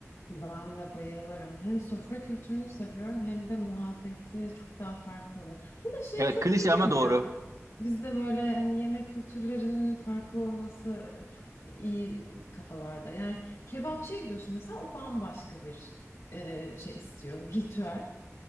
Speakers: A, on the left; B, on the right.
A: Ben de bayılırım. Hem sofra kültürünü seviyorum hem de muhabbeti çok daha farklı oluyor. Bir de şey
B: Evet,
A: çok
B: klişe
A: iyi değil
B: ama
A: mi
B: doğru.
A: ya? Bizde böyle hani yemek kültürlerinin farklı olması çok iyi kafalarda. Yani kebapçıya gidiyorsun mesela o bambaşka bir e, şey istiyor, ritüel.